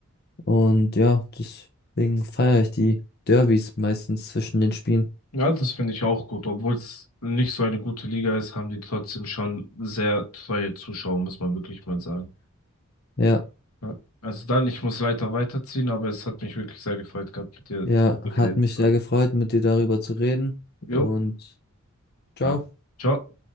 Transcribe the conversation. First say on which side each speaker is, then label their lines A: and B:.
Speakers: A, on the left; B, on the left.
A: Und ja, deswegen feiere ich die Derbys meistens zwischen den Spielen.
B: Ja, das finde ich auch gut. Obwohl es nicht so eine gute Liga ist, haben die trotzdem schon sehr treue Zuschauer, muss man wirklich mal sagen.
A: Ja,
B: Ja. Also dann, ich muss leider weiterziehen, aber es hat mich wirklich sehr gefreut gehabt, mit dir
A: ja,
B: darüber
A: hat
B: geredet
A: mich
B: zu
A: sehr
B: haben.
A: gefreut, mit dir darüber zu reden.
B: Jo,
A: Und ciao.
B: Ja. ciao.